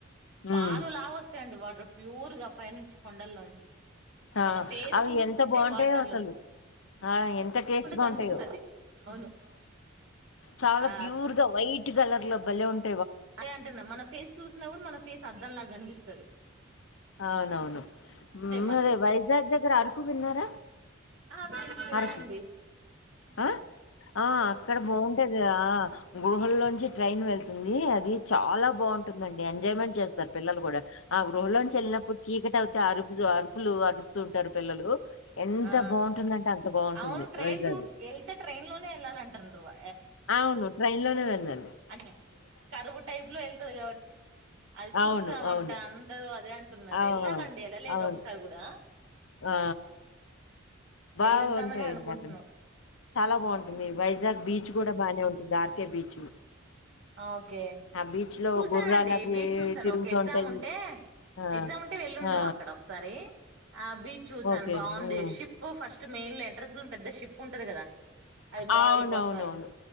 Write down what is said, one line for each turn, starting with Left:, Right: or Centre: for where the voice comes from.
Right: పాలు
Left: ఉమ్,
Right: లాగ వస్తాయండి వాటర్ ప్యూరుగా పైనుంచి కొండల్లోంచి
Left: ఆ
Right: మన ఫేస్
Left: అవి
Right: చూసుకుంటే
Left: ఎంత బాగుంటాయో
Right: వాటర్లు
Left: అసలు ఆ ఎంత టేస్ట్ గా
Right: కనిపిస్తుంది
Left: ఉంటాయో
Right: అవును
Left: చాలా
Right: ఆ
Left: ప్యూర్ గా వైట్ కలర్ లో బలే ఉంట
Right: అదే అంటున్న మన ఫేస్ చూసినా కూడా మన ఫేస్ అర్ధం లాగా అనిపిస్తుంది సరే
Left: అవునవును
Right: మళ్ళీ
Left: అదే వైజాగ్ దగ్గర అరకు విన్నారా
Right: ఆ విన్నానండి
Left: అరకు ఆ ఆ అక్కడ బాగుంటది గృహల్లోంచి ట్రైన్ వెళ్ ంది అది చాలా బాగుంటుందం ఎజాయ్మెంట్ చేస్తారు పిల్లలు కూడా ఆ గృహ లోని వెల్లినప్పుడు చీకట అవు అరుపులు అరుపులు అరు వస్తుంటారు పిల్లలు ఎంత
Right: ఆ
Left: బాగుంటుందంటే అంత బాగుంటుంది
Right: అవును ట్రైన్
Left: వైజాగ్
Right: రూట్ వెళ్తే ట్రైన్ లోనే వెళ్ళాల అంటారున్నారు్ర
Left: అవును ట్రైన్ లోనే వెళ్ళడి
Right: అే కరువు టైప్ లో వెళ్తుంది కాబట్టి అది చూస్తామంట
Left: అవును అవును
Right: అందరుూ అదే అంట అంటున్నారు
Left: ఆ
Right: ఎళ్ళాలండి ఎలాలేదు
Left: అవును
Right: ఒకసారి కూడా
Left: ఆ బాగుంటాయిగ్గర
Right: వెళ్ళొద్దామనే అనుకుంటున్నాం
Left: చాలా బాగుంటుంది వైజాగ్ బీచ్ కూడా బాగానే ఉంట దార్క బీచ్
Right: ఓకే
Left: ఆ బీచ్ లో
Right: చూసానండి
Left: గుర్రాలు అవి
Right: బీచ్ చూసాను
Left: తిరుగుతుంటాయి
Right: ఓే ఎగ్జామ్ ఉంటే
Left: ఆ
Right: ఎగ్జామ్ ఉంటే వెళ్ళుండేము
Left: ఆ
Right: అక్కడ ఒకసారి ఆ బీచ్ చూసాను
Left: ఓకే
Right: బాగుంది
Left: మ్మ్
Right: షిప్ ఫస్ట్ మెయిన్ లో ఎంట్రన్స్ లో పెద్ద షప్ ఉంటుది కదా అది మోడల్
Left: అవునవునవును
Right: కోసంని